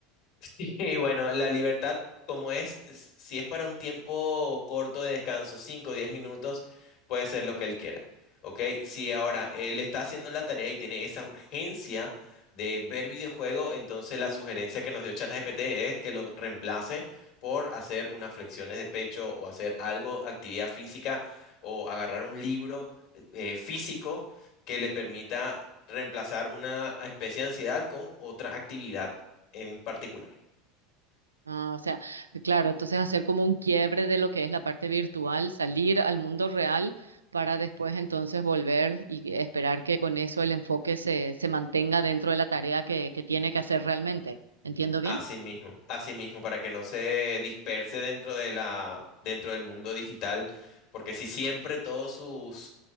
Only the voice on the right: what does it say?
Ah, o sea, claro, entonces hacer como un quiebre de lo que es la parte virtual, salir al mundo real para después entonces volver y esperar que con eso el enfoque se, se mantenga dentro de la tarea que, que tiene que hacer realmente. ¿Entiendo bien?